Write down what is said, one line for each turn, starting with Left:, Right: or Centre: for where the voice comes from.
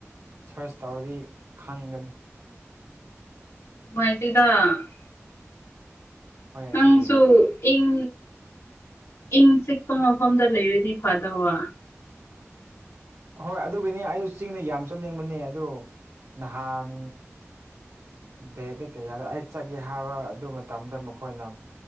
Right: ꯁꯔꯁ ꯇꯧꯔꯗꯤ ꯈꯪꯒꯅꯤ ꯫
Left: ꯅꯨꯉꯥꯏꯇ‌ꯦꯗ ꯫
Right: ꯍꯣꯏ
Left: ꯅꯪꯁꯨ
Right: ꯑꯗꯨꯒꯤꯅꯤ
Left: ꯏꯪ ꯏꯪ ꯆꯤꯛꯄ ꯃꯐꯝꯗ ꯂꯩꯔꯗꯤ ꯐꯥꯗꯧꯕ ꯫
Right: ꯍꯣꯏ ꯑꯗꯨꯒꯤꯅꯤ ꯑꯩꯁꯨ ꯆꯤꯡꯗ ꯌꯥꯝ ꯆꯠꯅꯤꯡꯕꯅꯦ ꯑꯗꯨ ꯅꯍꯥꯟ ꯗꯦꯗ ꯗ ꯀꯩꯌꯥꯗ ꯑꯩ ꯆꯠꯀ‌ꯦ ꯍꯥꯏꯕ ꯑꯗꯨ ꯃꯇꯝꯗ ꯃꯈꯣꯏꯅ